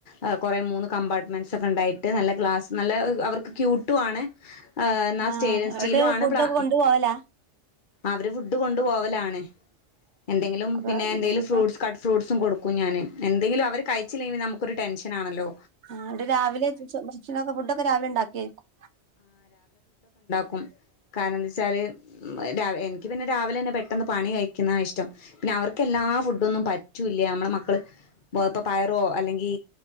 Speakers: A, on the left; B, on the right.
A: അ കൊറേ മൂന്ന് കമ്പാർട്ട്മെന്റ്സ് ഒക്കെ ഉണ്ടായിട്ട് നല്ല ഗ്ലാസ് നല്ല ഹ് അവർക്ക് ക്യൂട്ടു ആണ് എന്നാൽ
B: ആ
A: സ്റ്റെയിൻലെസ്
B: അവിടെ
A: സ്റ്റീലും ആണ്
B: ഫുഡോക്കെ
A: പ്ലാ
B: കൊണ്ട് പോവലാ?
A: അവര് ഫുഡ് കൊണ്ടു പോവലാണ് എന്തെങ്കിലും
B: അപ്പൊ
A: പിന്നേന്തേലും
B: ഇനിയിപ്പോ
A: ഫ്രൂട്സ് കട്ട് ഫ്രൂട്സും കൊടു ക്കും ഞാന് എന്തെങ്കിലും അവര് കഴിച്ചില്ലെങ്ങെ പിന്നെ നമുക്കൊരു ടെൻഷനാണല്ലോ
B: ആ എന്നിട്ട് രാവിലെ <unintelligible> ഭക്ഷണൊക്കെ ഫുഡൊക്കെ രാവിലെണ്ടാക്കി അയക്കും
A: കും കാരണെന്തെച്ചാല് ഉം <unintelligible> രാവ് എനിക്ക് പിന്നെ രാവിലെന്നെ പെട്ടെന്ന് പണി കഴിക്കുന്നാ ഇഷ്ടം, പിന്നെ അവർക്കെല്ലാ ഫുഡൊന്നും പറ്റൂല്യ നമ്മളെ മക്കള് ബോ ഇപ്പൊ പയറോ അല്ലെങ്കി